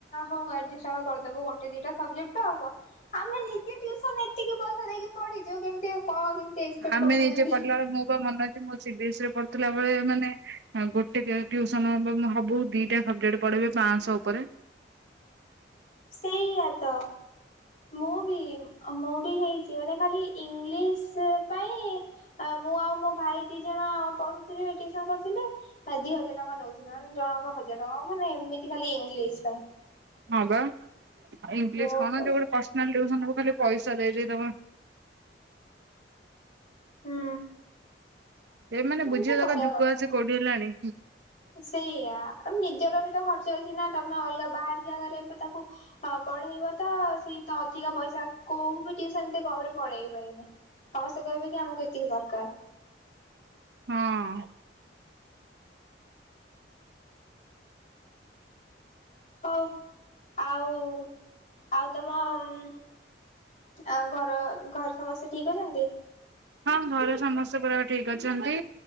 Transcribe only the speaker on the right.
ଆମେ
ନିଜେ ପଢିଲା ବେଳେ ମୁଁ ପା ମନେ ଅଛି ମୁଁ ସି ବିଏସ୍ ରେ ପଢୁଥିଲା ବଳେ ମାନେ ଆଉ ଗୋଟେ ଜାଗା ଟ୍ୟୁସନ୍ ହବୁ ଦିଟା ସବଜେକ୍ଟ୍ ପଢେଇବେ ପାଞ୍ଚଶହ ଉପରେ।
ହଁ ବା ଇଂଲିଶ
କଣ
ଯଉ ଗୋଟେ ପର୍ଶନାଲ୍ ଟ୍ୟୁସନ୍ କୁ ଖାଲି ପଇସା ଦେଇ ଦେଇ ତମେ
ସେଇ ମାନେ
ବୁଝିବା ଦରକାର୍
ଯୁଗ
ଆସି
କଉଠି ହେଲାଣି
ହଁ।
ହଁ ଘରେ ସମସ୍ତେ ପୁରା ଠିକ୍ ଅଛନ୍ତି